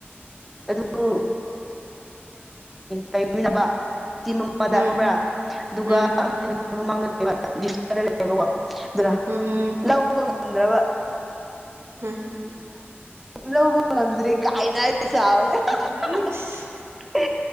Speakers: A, in the centre; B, on the right (about 75°).
A: <unintelligible> <unintelligible> ꯂꯩꯃꯤꯟꯅꯕ ꯆꯤ ꯑꯃꯗ
B: ꯎꯝ
A: ꯈꯪꯕ꯭ꯔꯥ ꯑꯗꯨꯒ
B: ꯎꯝ
A: ꯃꯥꯡꯗꯕꯀꯣ ꯑꯗꯨꯅ
B: ꯎꯝ
A: ꯂꯧꯕ ꯉꯝꯗ꯭ꯔꯕ
B: ꯎꯝ
A: ꯂꯧꯕ ꯉꯝꯗ꯭ꯔꯦ ꯀꯥꯏꯅ ꯁꯥꯎꯋꯦ ꯍꯍꯍ
B: ꯎꯝ ꯏꯁ